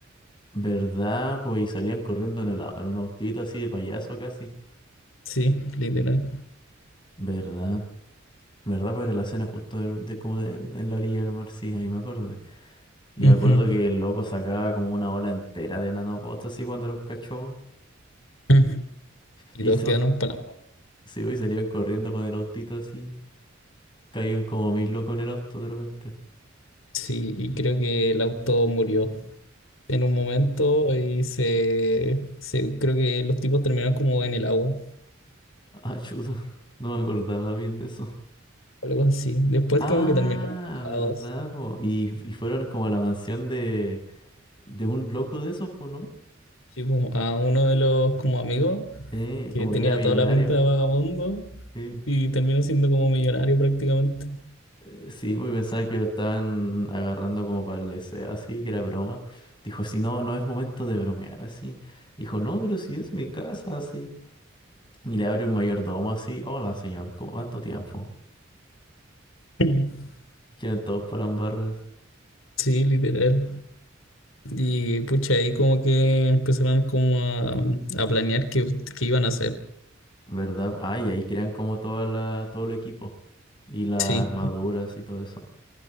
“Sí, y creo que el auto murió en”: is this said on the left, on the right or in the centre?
Left